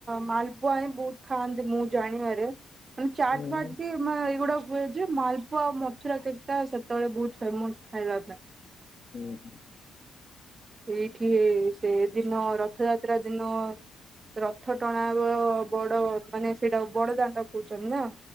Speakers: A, on the right; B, on the left.
A: ମାଲପୁଆ ହିଁ ବହୁତ ଖାଆନ୍ତି ମୁଁ ଜାଣିବାରେ ମାନେ ଚାଟଫାଟ୍
B: ହୁଁ
A: ବି ମାନେ ଏଇଗୁଡା ହୁଏ ଯେ ମାଲପୁଆ ଆଉ ମଥୁରା କେକଟା ସେତେବେଳେ ବହୁତ ଫେମସ୍ ଖାଇବା ପାଇଁ।
B: ହୁଁ -ହୁଁ।
A: ଏଇଠି ଏ ସେଦିନ ରଥଯାତ୍ରା ଦିନ। ରଥ ଟଣା ହେବ ବଡ ମାନେ ସେଇଟା ବଡଦାଣ୍ଡ କହୁଛନ୍ତି ନା?